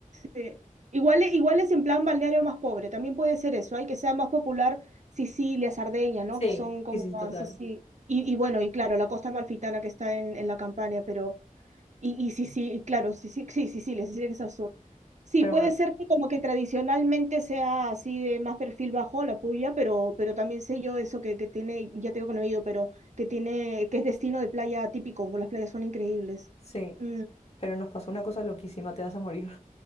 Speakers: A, on the right; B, on the left.
A: sí. Igual, e- igual es en plan balneario más pobre, también puede ser eso, hay que sea más popular Sicilia, Sardeña, ¿no?
B: Sí,
A: Que son como
B: sí, sí,
A: más
B: total.
A: así. Y, y bueno, y claro, la costa amalfitana que está en, en la campaña, pero... Y, y sí, sí, claro, sí, sí, sí, sí, sí, les decía que es azul. Sí,
B: Pero
A: puede
B: me-
A: ser que como que tradicionalmente sea así de más perfil bajo la puya, pero, pero también sé yo eso que, que tiene, ya te digo que no he ido, pero que tiene, que es destino de playa típico, porque las playas son increíbles.
B: sí,
A: Mm,
B: pero nos pasó una cosa loquísima, te vas a morir.